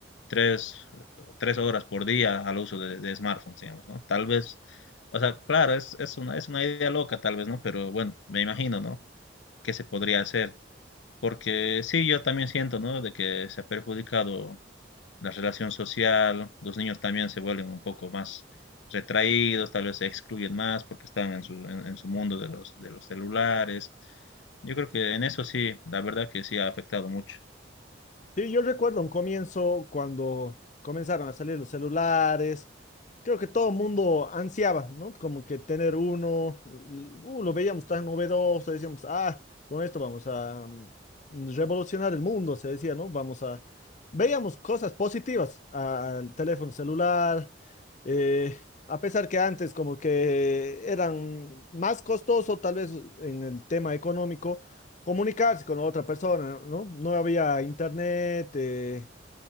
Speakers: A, on the left (about 80°); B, on the left (about 40°).
A: tres, tres horas por día al uso de, de smartphones, digamos, ¿no? Tal vez, o sea, claro, es, es una, es una idea loca tal vez, ¿no? Pero bueno, me imagino, ¿no? ¿Qué se podría hacer? Porque sí, yo también siento, ¿no? De que se ha perjudicado la relación social, los niños también se vuelven un poco más retraídos, tal vez se excluyen más porque están en su, en, en su mundo de los, de los celulares. Yo creo que en eso sí, la verdad que sí ha afectado mucho.
B: Sí, yo recuerdo un comienzo cuando comenzaron a salir los celulares. Creo que todo el mundo ansiaba, ¿no? Como que tener uno, uh, lo veíamos tan novedoso, decíamos, ah, con esto vamos a mm, revolucionar el mundo, se decía, ¿no? Vamos a... Veíamos cosas positivas al teléfono celular, eh, a pesar que antes como que eran más costoso tal vez en el tema económico. comunicarse con otra persona, ¿no? No había internet, eh,